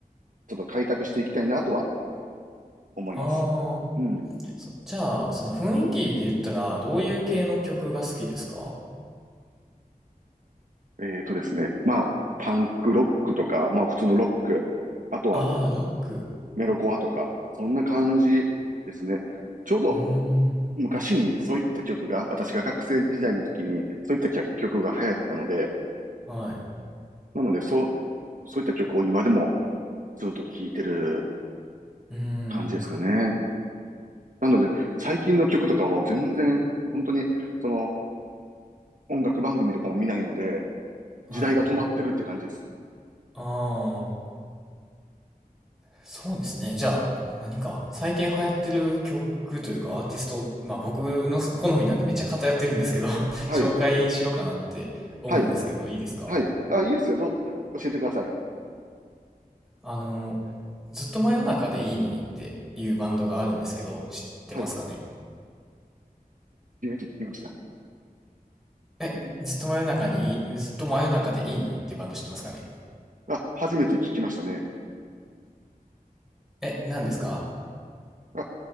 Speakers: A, on the right (about 60°); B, in the centre.
A: ちょっと開拓していきたいなとは思います。
B: ああ、
A: うん。
B: そじゃあ、その雰囲気で言ったら、どういう系の曲が好きですか
A: えーとですね。まあ、パンクロックとか、まあ普通のロック、あとは
B: ああー、ロック。
A: メロコアとか、そんな感じですね。ちょうど
B: うーん、
A: 昔にそういった曲が、私が学生時代の時にそういった曲曲が流行ったので、
B: はい。
A: なのでそう、そういった曲を今でもずっと聴いてる
B: うーん、
A: 感じですかね。なので、最近の曲とかは全然、本当に、その、音楽番組とかも見ないので、
B: はい。
A: 時代が止まってるって感じです。
B: ああ。そうですね。じゃあ、何か最近流行ってる曲というかアーティスト、まあ僕の好みなんでめっちゃ偏ってるんですけど <laughs>
A: はい、
B: 紹介しようかなって思うんですけど、
A: はい、
B: いいですか
A: はい。あ、いいですよ。どう、教えてください。
B: あの、ずっと真夜中でいいのにっていうバンドがあるんですけど、知ってますかね
A: はい。初めて聞きました。
B: え、
A: うん。
B: ずっと真夜中にいい、ずっと真夜中でいいのにっていうバンド知ってますかね
A: あ、初めて聞きましたね。
B: え、何ですか
A: あ、